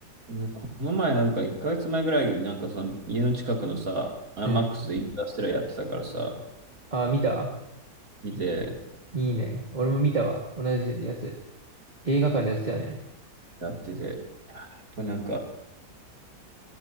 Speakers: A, on the right; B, on the right.
A: うんこの前なんか1ヶ月前ぐらいになんかその家の近くのさ、アイマックスでインターステラーやってたからさ、
B: うん。あ、見た
A: 見て、
B: いいね。俺も見たわ。同じやつ。映画館でやってたよね。
A: やってて、いややっぱりなんか